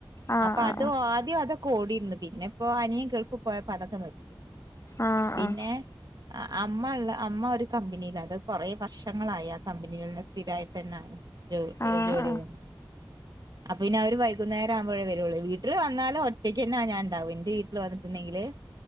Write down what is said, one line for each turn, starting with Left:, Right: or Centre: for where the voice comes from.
Left: ആഹ്
Right: അപ്പൊ
Left: ആഹ്
Right: അത് ആദ്യം അതൊക്കെ ഓടിയിര്ന്ന് പിന്നെ ഇപ്പോ അനിയൻ ഗൾഫ് പോയപ്പോ അതൊക്കെ നിർ
Left: ആഹ്
Right: പിന്നെ
Left: ആഹ് ആഹ്
Right: ആഹ് അമ്മ ഇള്ളെ അമ്മ ഒരു കമ്പനീലാ അത് കൊറെ വർഷങ്ങളായി ആ കമ്പനികളില് സ്ഥിരായിട്ട് തന്നെയാണ് ജോ
Left: ആഹ്
Right: ഏഹ് ജോലി
Left: ആഹ്
Right: ചെയ്യ്ന്ന് അപ്പൊ പിന്നെ അവര് വൈകുന്നേരം ആവുമ്പഴേ വരുള്ളൂ വീട്ടില് വന്നാലും ഒറ്റയ്ക്ക് തന്നാ ഞാണ്ടാവും ഇന്റെ വീട്ടില് വന്നിട്ടുണ്ടെങ്കില്